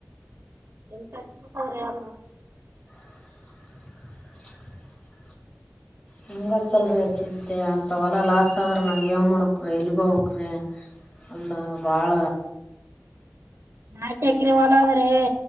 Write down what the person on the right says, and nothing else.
<inaudible>
ನಾಲ್ಕು ಎಕರೆ ಹೊಲ ಇದೆ ರಿ